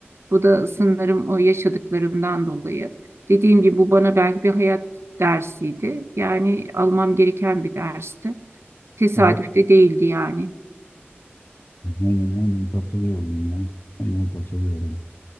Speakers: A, on the right; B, on the left.
A: Bu da sanırım o yaşadıklarımdan dolayı. Dediğim gibi bu bana belki bir hayat dersiydi. Yani almam gereken bir dersti. Tesadüf
B: Evet.
A: de değildi yani.
B: Aynen aynen katılıyorum ya. Aynen katılıyorum.